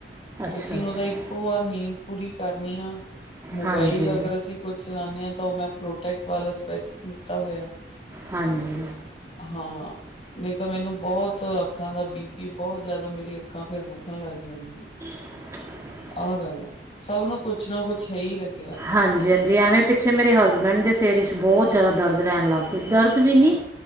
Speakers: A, on the right (about 15°); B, on the left (about 35°).
A: ਅੱਛਾ
B: ਲੇਕਿਨ
A: ਅੱਛਾ
B: ਉਹਦਾ ਇੱਕੋ ਵਾਰ ਨੀਂਦ ਪੂਰੀ ਕਰਨੀ ਆ ਮੋਬਾਈਲ
A: ਹਾਂਜੀ
B: ਅਗਰ ਅਸੀਂ ਕੁਛ ਚਲਾਨੇ ਆ ਤਾਂ ਉਹ ਮੈਂ ਪ੍ਰੋਟੈਕਟ ਵਾਲਾ ਸਪੈਕਸ ਲਿੱਤਾ ਹੋਇਆ।
A: ਹਾਂਜੀ
B: ਹਾਂ ਨਹੀਂ ਤਾਂ ਮੈਨੂੰ ਬਹੁਤ ਅੱਖਾਂ ਦਾ ਬੀ ਪੀ ਬਹੁਤ ਜਿਆਦਾ ਮੇਰੀ ਅੱਖਾਂ ਫੇਰ ਦੁਖਣ ਲੱਗ ਜਾਂਦੀ। ਹੂੰ
A: <unintelligible>
B: ਆਹ ਗੱਲ ਆ। ਸਭ ਨੂੰ ਕੁੱਛ ਨਾ ਕੁਛ ਹੈ ਹੀ ਲੱਗੀ
A: ਹਾਂਜੀ-ਹਾਂਜੀ ਐਵੇਂ ਪਿੱਛੇ ਮੇਰੇ ਹਸਬੈਂਡ ਦੇ ਸਿਰ ਵਿੱਚ ਬਬਹੁਤ ਜ਼ਿਆਦਾ ਦਰਦ ਰਹਿਣ ਲੱਗ ਪਈ ਸੀ, ਦਰਦ ਵੀ ਨੀ,